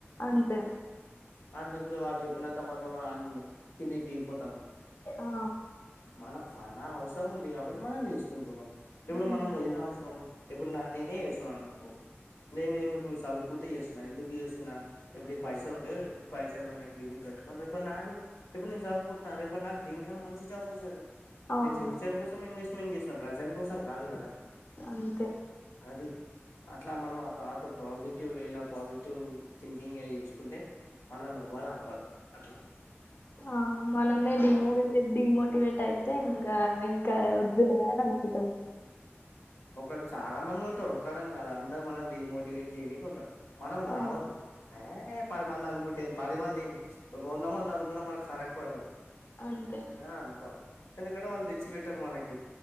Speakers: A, on the left; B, on the left.
A: అంతే
B: ఆడు లేకపోతే వాడు చెప్పినంత మాత్రం అంద్ కిందికి దిగిపోతామా
A: ఆ
B: మన మనా అవ్ సమ్ముంది గాబట్ మనం జేసుకుంటున్నాం ఇప్పుడు
A: ఉమ్
B: మనం ఏది అవసరం ఇప్పుడు నాన్నిని స అనుకో నేన్నెందుకు సదువుకుంటె ఎస్సున్నా ఎందుకు ఎస్సున్నా ఎబ్బుడి పైసలున్ టె పైసలు లోనే ఫీజు కట్టుకొని. రేపు, నాడు ఇబ్బుడు నేను జాధువ్కుంటున్న రేపుడ్ నాకు దిన్క మంచి జాబోస్సది
A: అవును
B: నేన్ ఫ్యూచర్ కోసం ఇన్ నువ్వు ఏం చేసిన ప్రజెంట్ కోసం కాదు కదా
A: అంతే
B: అది అట్లా మనం ఆ థాట్. పాజిటివ్ వేలా పాజిటివ్ థింకింగ్ చేసుకుంటే. మనల్ని ఎవడు ఆపరు అట్లా
A: ఆ మనమే డిమోవ్
B: అలా ఆలోచించు
A: డిమోటివేట్ అయితే. కా ఇంకా వద్దులే అని అనుకుంటాం
B: ఒకలు చాలా మంది ఉంటారు ఒక్కలని కాదు అందరు మనం డిమోటివేట్ జేయనికి ఉంటరు. మనం
A: ఆ
B: గావద్దు ఆ పది మంది అనుకుంటే ఏందీ పది మంది ఏందీ వంద మంది అనుకున్నా మనకు ఫరక్ పడదు.
A: అంతే
B: అ అనుకోవాల్ ఎందుకం రేవళ్ది చ్ బెటర్ మనకి